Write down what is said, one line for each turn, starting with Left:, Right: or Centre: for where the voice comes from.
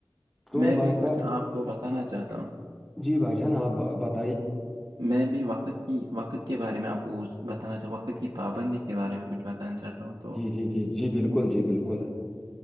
Centre: تو
Right: میں
Centre: بھائی
Right: بھی کچھ
Centre: صاحب
Right: آپ کو بتانا چاہتا ہوں
Centre: جی بھائی جان آپ بت
Right: میں بھی وقت کہ وقت کے بارے میں آپ کو بتانا چاہ وقت کی پابندی کے بارے میں کچھ بتانا چاہتا ہوں تو
Centre: جی جی جی جی بالکل جی بالکل